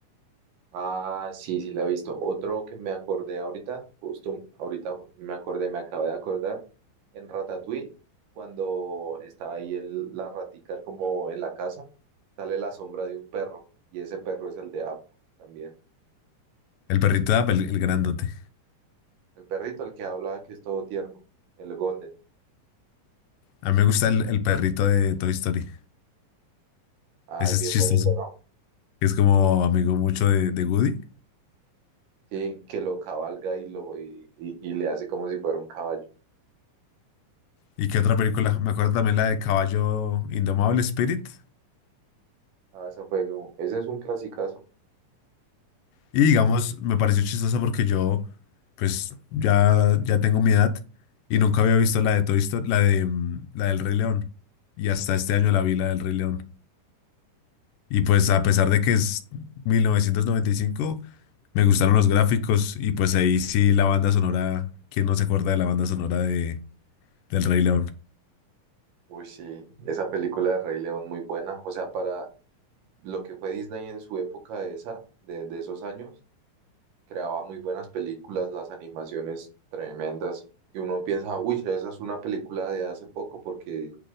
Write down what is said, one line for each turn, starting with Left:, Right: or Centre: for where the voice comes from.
Right: Ah, sí, sí, la he visto. Otro que me acordé ahorita, justo ahorita ju- me acordé, me acabé de acordar, en Ratatouille, cuando estaba ahí el- la ratica como en la casa, sale la sombra de un perro, y ese perro es el de Up también.
Left: El perrito de App, el, el grandote.
Right: El perrito, el que habla, que es todo tierno, el Golden.
Left: A mí me gusta el, el perrito de Toy Story.
Right: Ah,
Left: Ese
Right: es
Left: es
Right: bien
Left: chistoso.
Right: bonito, ¿no?
Left: Es como amigo mucho de, de Woody.
Right: Sí, que lo cabalga y, lo, y, y- y le hace como si fuera un caballo.
Left: ¿Y qué otra película? Me acuerdo también la de Caballo Indomable Spirit.
Right: Ah, esa fue, un- ese es un clasicazo.
Left: Y digamos, me pareció chistoso porque yo, pues, ya, ya tengo mi edad y nunca había visto la de Toy Story, la de, mm, la del Rey León. Y hasta este año la vi, la del Rey León. Y pues, a pesar de que es mil novecientos noventa y cinco me gustaron los gráficos y pues ahí sí la banda sonora, ¿quién no se acuerda de la banda sonora de, del Rey León?
Right: Uy, sí, esa película de Rey León muy buena. O sea, para lo que fue Disney en su época de esa, de, de esos años, creaba muy buenas películas, las animaciones tremendas. Y uno piensa, uy, esa es una película de hace poco porque